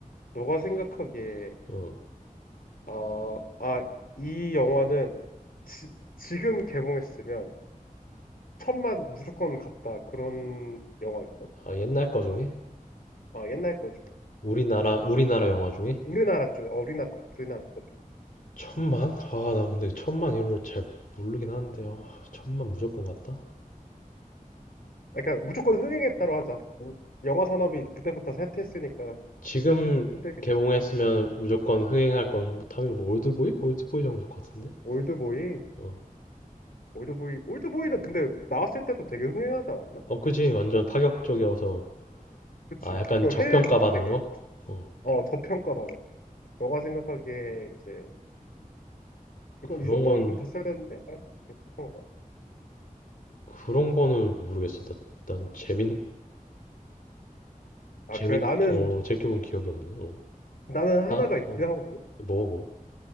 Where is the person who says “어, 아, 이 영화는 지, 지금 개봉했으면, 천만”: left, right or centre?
Left